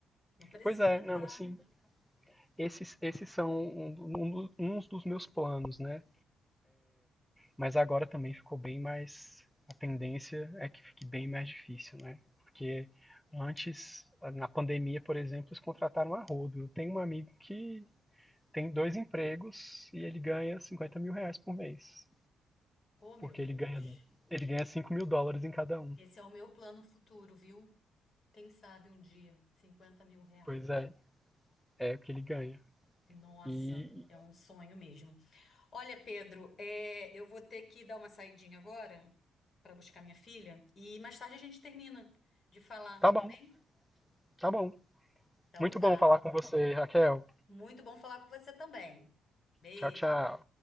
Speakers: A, on the left (about 45°); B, in the centre.
A: Não precisa
B: Pois é, não,
A: tá...
B: assim, esses, esses são um, do- um do- uns dos meus planos, né? Mas agora também ficou bem mais. A tendência é que fique bem mais difícil, né? Porque antes, na pandemia, por exemplo, eles contrataram a rodo. Eu tenho um amigo que tem dois empregos e ele ganha cinquenta mil reais por mês.
A: Oh, meu
B: Porque
A: Deus.
B: ele ganha, ele ganha cinco mil dólares em cada um.
A: Esse é o meu plano futuro, viu? Quem sabe um dia, 50 mil reais.
B: Pois é, é o que ele ganha.
A: Nossa,
B: E
A: é um sonho mesmo. Olha, Pedro, é, eu vou ter que dar uma saidinha agora para buscar minha filha e mais tarde a gente termina de falar,
B: tá bom,
A: tá bem?
B: tá bom.
A: Então
B: Muito
A: tá.
B: bom falar com você, Raquel.
A: Muito bom falar com você também. Beijo.
B: Tchau, tchau.